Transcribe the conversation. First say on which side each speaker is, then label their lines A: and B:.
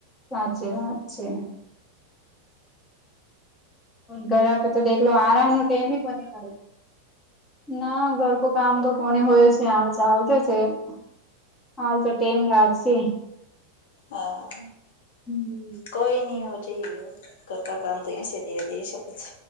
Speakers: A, on the left (about 20°); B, on the left (about 55°).
A: સાચી વાત છે ઘરે પે તો દેખલો આરામ નો ટેમ કોને મળે <unintelligible> ના ઘર કો કામ તો કોની હોય છે હવે ચાલતો છે <unintelligible> હા તો ટેમ લાગસી.
B: હા
A: હમ.
B: કોઈ ન ઓજઈ ઘરકા કામ તો એ છે ધીરે ધીરે શકે છે.